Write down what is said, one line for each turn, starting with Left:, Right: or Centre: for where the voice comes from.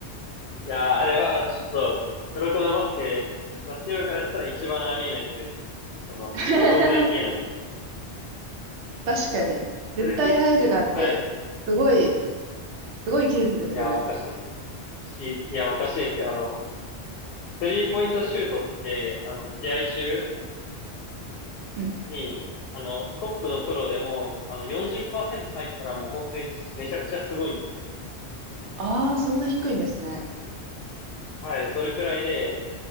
Left: いやー、あれはちょっと、黒子のバスケ、バスケ部からしたら一番ありえない人ですね。その、
Right: <laughs>
Left: 存在しきれない人。
Right: 確かに。絶対入るなんて、
Left: スリー、はい。
Right: すごい、すごい技術ですよね。
Left: いやー、おかしいし、いや、おかしいですよ。あの、スリーポイントシュートって、あの、試合中
Right: うん。
Left: に、あの、トップのプロでも、あの、40%入ったらもう本当にめちゃくちゃすごいんですよ。
Right: ああ、そんな低いんですね。
Left: はい、それくらいで、